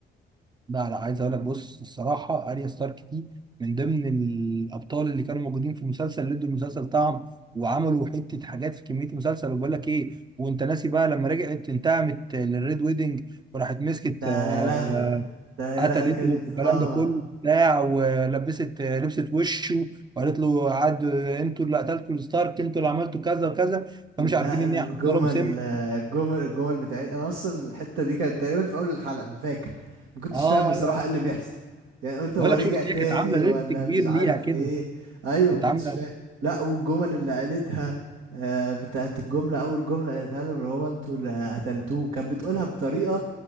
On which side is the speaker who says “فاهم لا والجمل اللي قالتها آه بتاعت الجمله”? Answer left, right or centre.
Right